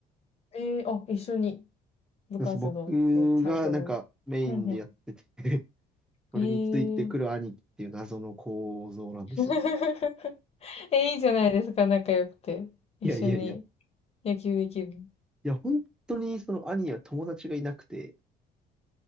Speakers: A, on the left (about 35°); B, in the centre.
A: ええあ、一緒に部活動っていうかサークルを。
B: そうそう僕がなんかメインでやってて
A: うんう
B: <laughs> それについてくる兄貴っていう謎の構造なんですよ。
A: ん。ええ <laughs> え、いいじゃないですか、仲良くて。一緒に
B: いやいやいや。い
A: 野球できる。
B: や、本当にその兄は友達がいなくて、
A: <laughs> そう